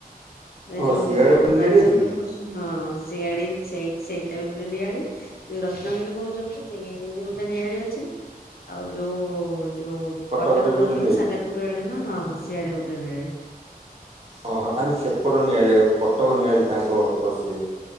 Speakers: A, on the left (about 80°); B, on the right (about 40°).
A: ଏ
B: ଓ
A: ଯୋଉ
B: ସିଆଡେ ଗୋଟେ ନିଆଳି
A: ବାଲଚନ୍ଦ୍ରପୁରୁ
B: ଅଛି କି
A: ହଁ ଶିଆଡି ସେଇ ସେଇଟା ବି ଗୋଟେ ନିଆଳି ଯୋଉ ରତ୍ନାଗିରି କହୁଛନ୍ତି ସେଇଆେ ନିଆଳି ଅଛି ଆଉ ଯୋଉ ଯୋଉ
B: କଟକରେ
A: କଟକର
B: ବି ଗୋଟେ
A: ଯୋଉ
B: ନିଆଳି
A: ସାଲେପୁରୁ ପୁରା ଆଡେ ନା ହଁ ସିଆଡେ ଗୋଟେ ନୀଆଳି।
B: ଓହୋ ତାହେଲେ ସେପଟ ନିଆଳି କଟକ ନିଆଳି ତାଙ୍କ ସି